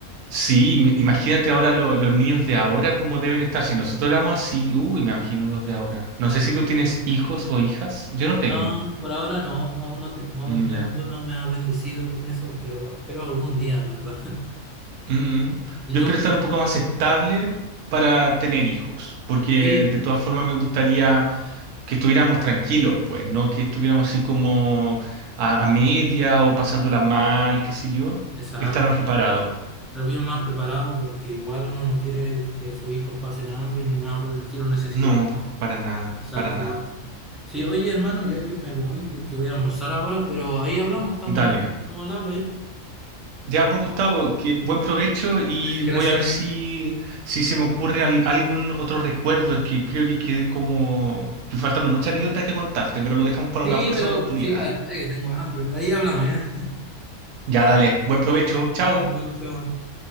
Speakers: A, on the right; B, in the centre.
A: Sí, im- imagínate ahora lo- los niños de ahora cómo deben estar. Si nosotros éramos así, uy, me imagino los de ahora. No
B: No,
A: sé si tú tienes
B: de-
A: hijos o hijas. Yo no tengo.
B: no, por ahora no, no, uno te- no,
A: Mm,
B: un
A: Ya.
B: Dios no me ha bendecido con eso, pero, pero algún día, la verdad. <laughs>
A: Mm.
B: ¿Y
A: Yo
B: tú?
A: espero estar un poco más estable para tener hijos, porque
B: Sí,
A: de todas formas me gustaría que estuviéramos tranquilos, pues, no que estuviéramos así como a, a media o pasándola mal, qué sé yo,
B: exacto,
A: estar más
B: sí.
A: preparados.
B: Pero bien más preparado porque igual uno no quiere que sus hijos pasen hambre ni nada por el estilo, necesidad.
A: No, pues, para nada,
B: Exacto,
A: para nada.
B: bro. Sí, oye, hermano, ya yo me voy porque voy a almorzar ahora, pero ahí hablamos, estamos,
A: Dale.
B: estamos al habla ya.
A: Ya, pues, Gustavo, que buen provecho y voy
B: Gracias.
A: a ver si, si se me ocurre al- algún otro recuerdo. Es que creo que quedé como que faltaron muchas anécdotas que contarte, pero lo dejamos para
B: Sí,
A: una próxima
B: pero
A: oportunidad.
B: sí, para después que tengo hambre, pero ahí hablamos ya.
A: Ya, dale. Buen provecho. Chao.
B: Ya, nos vemos, chao.